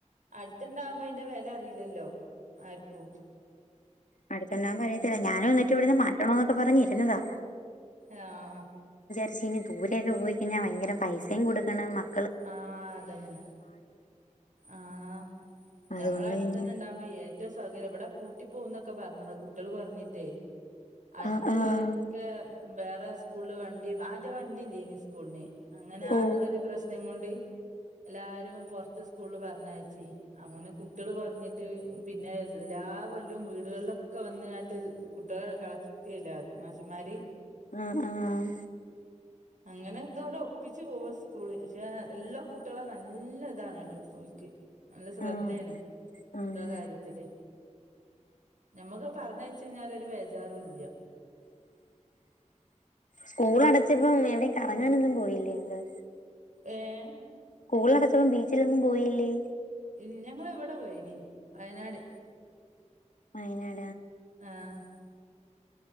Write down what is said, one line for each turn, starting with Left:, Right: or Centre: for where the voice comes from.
Right: അടുത്തുണ്ടാവുമ്പോ അതിൻ്റെ വില അറിയില്ലല്ലോ ആരിക്കും
Left: അടുത്തൊണ്ടവുമ്പോ അറിയത്തില്ല ഞാനു എന്നി എന്നിട്ടിവിടുന്ന് മാറ്റണോന്നക്കെ പറഞ്ഞ് പിന്നതാ
Right: ആഹ
Left: പക്ഷേ ഇനി ദൂരെക്കെ പോയികഴിഞ്ഞാ ഭയങ്കര പൈസയും കൊടുക്കണം മക്ക
Right: ആ അതന്നെ ആഹ
Left: അതുകൊണ്ട്
Right: നമ്മള അടുത്തന്നെ
Left: പിന്നെ
Right: ഇണ്ടാവുമ്പോ ഏറ്റവും സൗകര്യം ഇവിടെ പൂട്ടി പോകന്നൊക്കെ പറഞ്ഞത കുട്ടികൾ കൊറഞ്ഞിട്ടേ അടുത്തുള്ളവരൊക്കെ
Left: ആഹ് ആഹ്
Right: വേറെ സ്കൂള് വണ്ടി ആദ്യം വണ്ടി ഇല്ലേനി സ്കൂളിന് അങ്ങനെ
Left: ഓ
Right: ആ ഒരു പ്രശ് പ്രശ്ന കൊണ്ട് എല്ലാരും പൊറത്ത് സ്കൂളിൽ പറഞ്ഞയച്ചി അങ്ങനെ കുട്ടികള് കുറഞ്ഞിട്ട് പിന്നെ എല്ലാ കൊല്ലും വീടുകളിലൊക്കെ വന്നങ്ങട്ട് കുട്ടികള കളക്റ്റ് ചെയല മാഷന്മാര്
Left: ആഹ ആഹ
Right: അങ്ങനെയൊക്കെ അവിടെ ഒപ്പിച്ച് പോവാ സ്കൂള് പക്ഷ എല്ലാ കുട്ടികളെ നല്ല ഇതാണ് ഓൽക്ക് നല്ല ശ്രദ്ധയാണ്
Left: ആഹ് ആഹ്
Right: എല്ലാ കാര്യത്തില് നമ്മുക്ക് പറഞ്ഞ വെച്ച കഴിഞ്ഞാൽ ഒരു ബേജാറും ഇല്ല
Left: സ്കൂൾ അടച്ചപ്പം എവിടെ കറങ്ങാനൊന്നും പോയി ഫീലിംങ്ങ്
Right: ഏഹ
Left: സ്കൂൾ അടച്ചപ്പോൾ ബീച്ചിലൊന്നും പോയില്ലേ?
Right: ഇ ഞങ്ങൾ ഇവിടെ പോയി വയനാട്
Left: അങ്ങനെ
Right: ആഹ